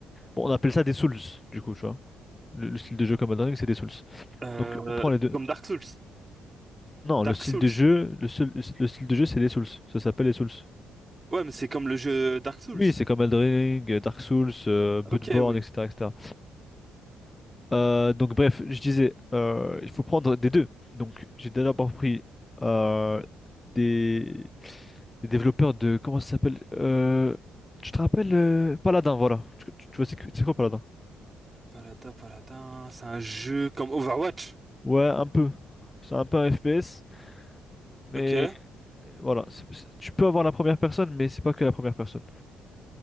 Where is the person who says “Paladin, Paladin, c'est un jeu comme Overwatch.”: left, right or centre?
Right